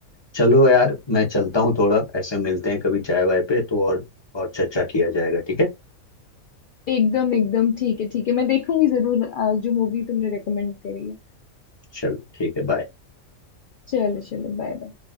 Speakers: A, on the left; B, on the left.
A: चलो यार मैं चलता हूँ थोड़ा ऐसे मिलते हैं कभी चाय वाय पे तो और और चर्चा किया जाएगा ठीक है
B: एकदम एकदम ठीक है ठीक है मैं देखूंगी जरूर आ, जो मूवी तुमने रेकमेंड करी है
A: चलो ठीक है बाय
B: चलो चलो बाय बाय